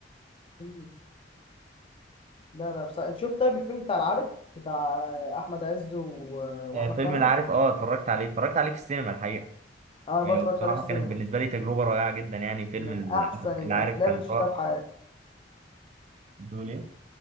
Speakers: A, on the left; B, on the right.
A: مم. لا لا بس انت شفت طيب الفيلم بتاع العارف بتاع احمد عز و... واحمد
B: آه، فيلم
A: فهمي
B: العارف اه اتفرجت عليه اتفرجت عليه في السينما الحقيقة
A: انا
B: آه،
A: برضه اتفرجت
B: وبصراحة
A: عليه في السينما
B: كانت بالنسبة لي تجربة رائعة جدا يعني فيلم
A: من
B: العارف
A: احسن
B: العارف
A: الافلام
B: كان
A: اللي شفتها
B: رائع
A: في حياتي
B: بتقول إيه؟